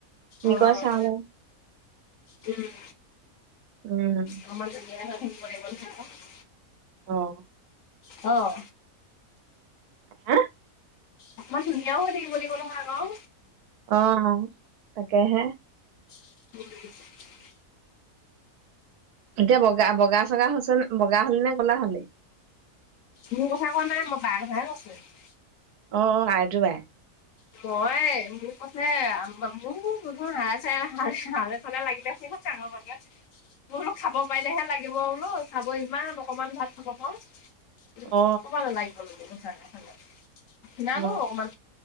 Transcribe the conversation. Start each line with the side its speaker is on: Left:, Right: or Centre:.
Right: কি
Left: অ',
Right: কয় চাওঁ বাৰু
Left: উম।
Right: উম।
Left: <inaudible>
Right: অ'।
Left: অহ।
Right: হে
Left: অকমান ধুনীয়াও হৈ থাকিব লাগিব নহয় আকৌ
Right: অ তাকেহে
Left: উম
Right: এতিয়া বগা বগা চগা হৈছে নে বগা হলি নে ক'লা হলি
Left: মোৰ কথা কোৱা নাই মই বাৰ কথাহে কৈছো
Right: অ অ আৰতী বাই
Left: মই মোক কৈছে মোৰ বুলো হাৰে চাৰে হালে চালে লাগি আছে চাক বগে
Right: <inaudible>
Left: বোলো খাব পাৰিলেহে লাগিব বোলো চাব ইমান অকমান ভাত খাব পাৰো
Right: অ
Left: কবা ললা এইকেইখন লাগে চাগে ক্ষীণালো
Right: অ
Left: অকমান